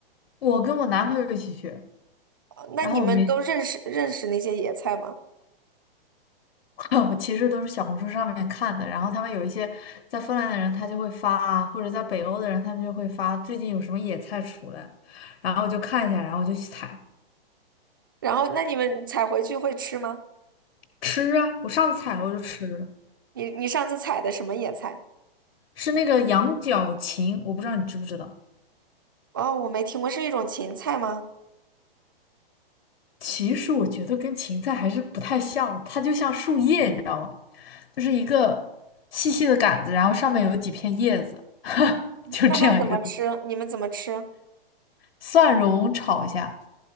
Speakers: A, on the left (about 75°); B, on the right (about 25°).
A: 我跟我男朋友一起去，
B: 呃那你们都认识认识那些野菜吗？
A: 然后我没。<laughs> 我其实都是小红书上面看的，然后他们有一些在芬兰的人，他就会发啊，或者在北欧的人，他们就会发最近有什么野菜出来，然后我就看一下，然后我就去采
B: 然后，那你们采回去会吃吗？
A: 吃啊。我上次采我就吃了，
B: 你你上次采的什么野菜？
A: 是那个羊角芹，我不知道你知不知道。
B: 哦，我没听过，是一种芹菜吗？
A: 其实我觉得跟芹菜还是不太像的，它就像树叶，你知道，就是一个细细的杆子，然后上面有几片叶子，就这样一个东西
B: 那它怎么吃？你们怎么吃？
A: 蒜蓉炒一下，